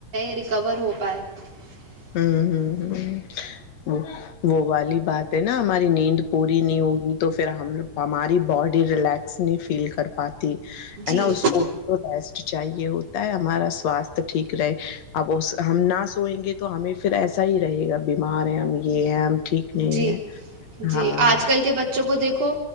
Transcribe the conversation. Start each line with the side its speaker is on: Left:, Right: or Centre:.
Right: ریکور ہو پائےائے <unintelligible>
Left: ہوں ہوں وہ والی بات ہے نا ہماری نیند پوری نہیں ہوگی تو پھر ہم ہماری باڈی ریلیکس نہیں فیل کر پاتے ت
Right: جی
Left: ہے نا اس کو بھی تو چاہیے ہوتا ہے ہمارا سوستھ ٹھیک رہے اب اس ہم نہ سوئیں گے تو ہمیں پھر ایسا ہی رہے گا بیمار ہے ہم یہ ہیں ہم ٹھیک نہیں
Right: جی
Left: ہے
Right: جی
Left: ہاں
Right: آج کل کے بچوں کو دیکھ کو